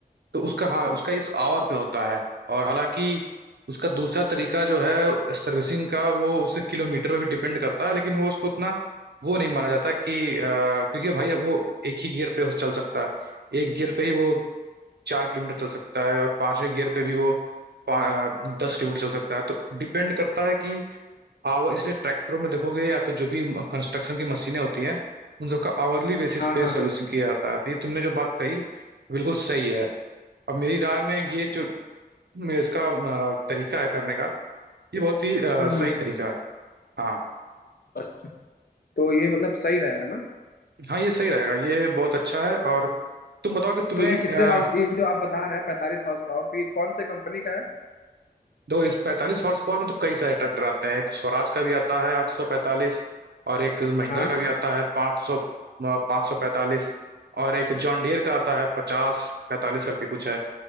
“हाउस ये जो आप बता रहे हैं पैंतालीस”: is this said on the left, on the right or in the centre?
Left